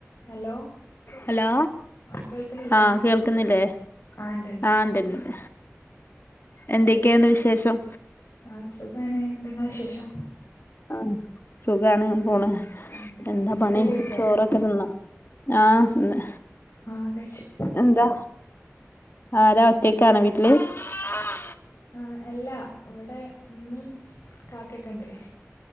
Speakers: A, on the left; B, on the left.
A: Hello
B: hello
A: ആ കേൾക്കണില്ലേ
B: ആഹ് കേൾക്കുന്നില്ലേ
A: ആ ഉണ്ട്ണ്ട്
B: ആഹ് ണ്ട്ണ്ട് എന്തൊക്കെയുണ്ട് വിശേഷം
A: ആഹ് സുഖാണ് എന്ത ഇങ്ങളെ വിശേഷം
B: ആഹ് സുഖാണ് അങ്ങനെ പോണ്
A: ആ
B: എന്താ
A: ഫുഡൊക്കെ
B: പണി
A: കഴിച്ചോ
B: ചോറൊക്കെ തിന്നോ ആഹ് ന്ന്
A: ആ കഴിച്ചു
B: എന്താ ആരാ ഒറ്റക്കാണോ വീട്ട്ല് ആഹ്
A: ആഹ് എല്ലാ ഇവടെ ഇമ്മിം കാക്കെക്കെണ്ട്